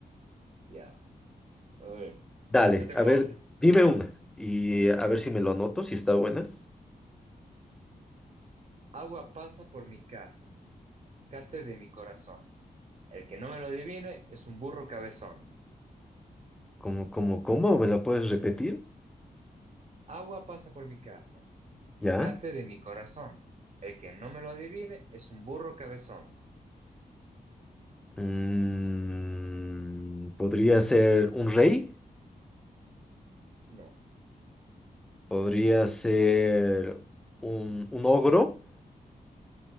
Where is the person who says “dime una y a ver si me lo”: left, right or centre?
Centre